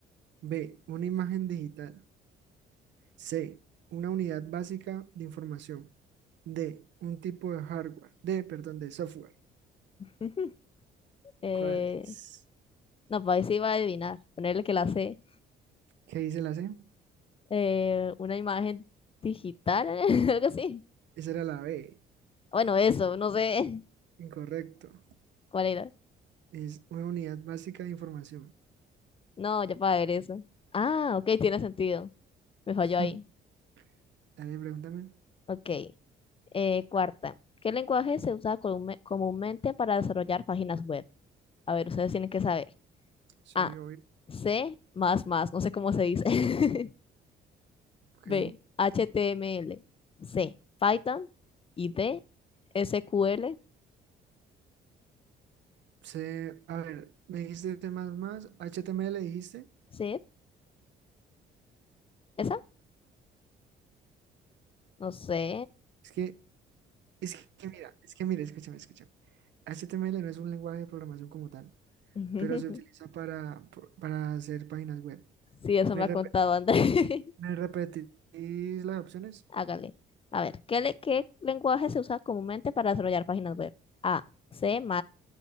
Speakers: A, on the right (about 65°); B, on the left (about 30°).
A: B. Una imagen digital. C. Una unidad básica de información. D. Un tipo de hardware. D. Perdón, de software.
B: <laughs> Eh,
A: ¿Cuál es?
B: no, pues ahí sí iba a adivinar. Ponerle que la C.
A: ¿Qué dice la C?
B: Eh, una imagen digital, <laughs> algo así.
A: Esa era la B.
B: Bueno, eso, no sé
A: Incorrecto.
B: <laughs> cuál era.
A: Es una unidad básica de información.
B: No, ya para ver eso. Ah, ok, tiene sentido. Me falló
A: <laughs>
B: ahí.
A: Dale, pregúntame.
B: Ok. Eh, cuarta. ¿Qué lenguaje se usa comume- comúnmente para desarrollar páginas web? A ver, ustedes tienen que saber.
A: Sí,
B: A.
A: obvio.
B: C. Más más. No sé cómo se dice. <laughs>
A: Ok.
B: B. h t m l C. Python. Y D. s q l
A: C, a ver, me dijiste C++, HTML dijiste.
B: C. ¿Esa? No sé.
A: Es que, es que mira, es que mira, escúchame, escúchame. HTML no es un lenguaje de programación como tal,
B: <laughs>
A: pero se utiliza para, por- para hacer páginas web.
B: Sí, eso
A: ¿Me,
B: me
A: rep-
B: ha contado André. <laughs>
A: me repetís las opciones?
B: Hágale. A ver, ¿qué, le- qué lenguaje se usa comúnmente para desarrollar páginas web? A. C++.